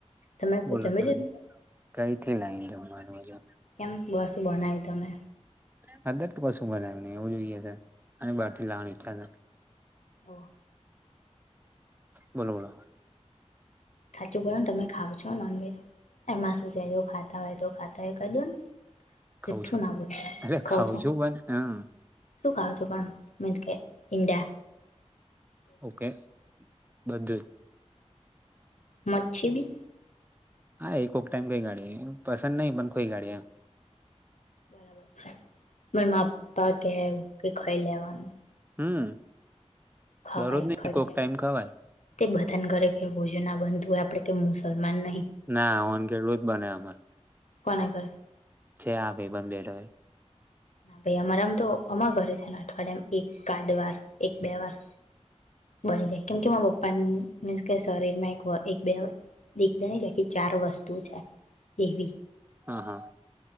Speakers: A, on the left (about 85°); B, on the right (about 15°).
A: તમે
B: બોલો
A: જમી
B: ત
A: લીધું
B: કઈ થી લાઈન જ મારું હજુ
A: કેમ બસું બનાવી તમે.
B: હા દર કશું બનાવીને એવું જોઈએ છે અને બ થી લાવવાની ચાલે.
A: ઓ
B: બોલો બોલો
A: સાચું બોલો ને તમે ખાવ છો નોનવેજ એમાં શુંચાયો. ખાતા હોય તો ખાતા હોય કહી દો ને જુઠું
B: ખઉં છું
A: ના બોલતા
B: અરે
A: કઉ
B: ખાઉં
A: છું.
B: પણ હા
A: શું ખાવોશો પણ મેતાતે ઇદા
B: ઓકે બધું જ
A: મછી બી
B: હા એકક ટાઈઇમ કઈ ગાડી પસંદ નહીં પણ કોઈ ગાડી એમ
A: બરાબર છે મને માપા કેવું કે ખાઈ લેવાનું..
B: હમ
A: ખવાય
B: દરરોજ નઈ
A: ખાઈ
B: કોક
A: લેવા
B: ટાઈમ ખવાય
A: તે બધન કરે કે રોજ ના બનતું હોય આપણે કે મુસલમાન નહી.
B: ના ઓન કેટલું જ બને અમારે
A: કોણા ધરે
B: છે હ ભાઈ બંધ બેઠોય
A: ના ભાઈ અમારામ તો અમા ઘરે છે ને અઠવાડિયામાં એક આાદ વાર એક બે વાર બની જાય કેમ કે મા પપ્પા મસ કે શરીરમાં એક બે દેખવા નહી છે ચાર વસ્તુ છે એવી
B: હા હા